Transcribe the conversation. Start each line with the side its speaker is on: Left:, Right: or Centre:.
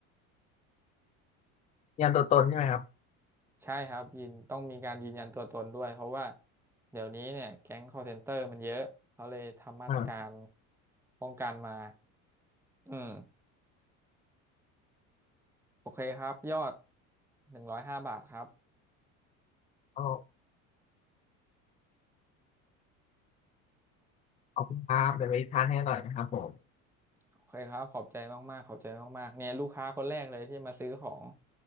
Left: ยันตัวตนใช่ไหมครับ
Centre: ใช่ครับยืนต้องมีการยืนยันตัวตนด้วยเพราะว่าเดี๋ยวนี้เนี่ยแก๊ง call center มันเยอะเขาเลยทำมาตรการ
Left: อ่า
Centre: ป้องกันมาอืมโอเคครับยอดหนึ่งร้อยห้าบาทครับ
Left: เอาเอาคุณภาพเดี๋ยวไปทานให้อร่อยนะครับผม
Centre: โอเคครับขอบใจมากๆขอบใจมากๆเนี่ยลูกค้าคนแรกเลยที่มาซื้อของ